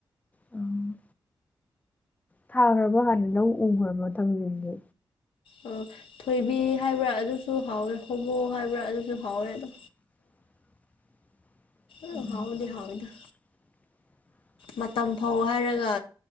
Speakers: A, on the left; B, on the left.
A: ꯎꯝ ꯊꯥꯈ꯭ꯔꯕꯣ ꯍꯥꯟꯅ ꯂꯧ ꯎꯈ꯭ꯔꯕ ꯊꯝꯖꯟꯒꯦ
B: ꯑꯣ ꯊꯣꯏꯕꯤ ꯍꯥꯏꯕ꯭ꯔꯥ ꯑꯗꯨꯁꯨ ꯍꯥꯎꯋꯦ ꯍꯣꯃꯣ ꯍꯥꯏꯕ꯭ꯔꯥ ꯑꯗꯨꯁꯨ ꯍꯥꯎꯋꯦ ꯑꯗꯣ
A: <unintelligible>
B: ꯎ
A: ꯎꯝ
B: ꯍꯥꯎꯗꯤ ꯍꯥꯎꯗ
A: <unintelligible>
B: ꯃꯇꯝ ꯐꯥꯎ ꯍꯥꯏꯔꯒ